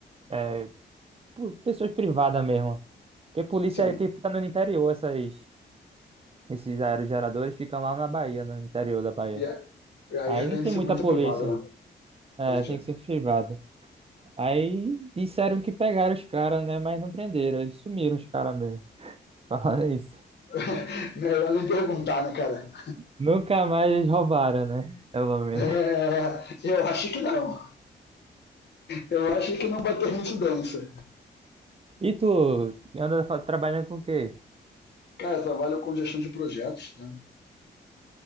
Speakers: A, on the right (about 30°); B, on the left (about 60°).
A: é, pu- pessoas privadas mesmo. Porque polícia
B: Sim.
A: é que fica no interior, essas, esses aerogeradores ficam lá na Bahia, no interior da Bahia.
B: E a- e aí
A: Aí
B: já
A: não
B: tem
A: tem
B: segurança
A: muita polícia.
B: privada, né?
A: É,
B: Entendi.
A: tem que ser privado. Aí disseram que pegaram os caras, né? Mas não prenderam. Eles sumiram os caras mesmo. <laughs> Falaram isso.
B: <laughs> Melhor nem perguntar, né, cara?
A: Nunca mais eles roubaram, né? Pelo menos.
B: É, eu acho que não. Eu acho que não bater incidência.
A: E tu anda fa- trabalhando com o quê?
B: Cara, eu trabalho com gestão de projetos, né?